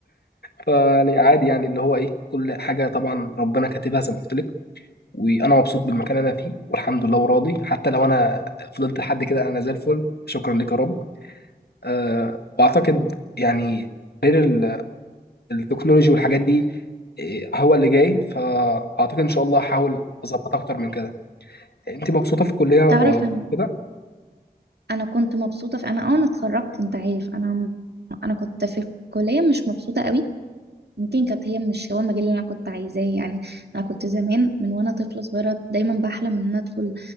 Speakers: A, on the left; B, on the right.
A: فيعني عادي يعني اللي هو ايه كل حاجه طبعا ربنا كاتبها زي ما قلت لك وانا مبسوط بالمكان اللي انا فيه والحمد لله وراضي حتى لو انا فضلت لحد كده انا زي الفل شكرا لك يا رب أه واعتقد يعني غير ال- التكنولوجي والحاجات دي إيه، هو اللي جاي فاعتقد ان شاء الله هحاول اظبط اكتر من كده انت مبسوطه في الكليه
B: تعرف انا
A: وكده
B: انا كنت مبسوطة في انا اه انا اتخرجت انت عارف انا انا كنت في الكلية مش مبسوطة قوي يمكن كانت هي مش هو المجال اللي انا كنت عايزاه يعني انا كنت زمان من وانا طفله صغيره دايما بحلم ان انا ادخل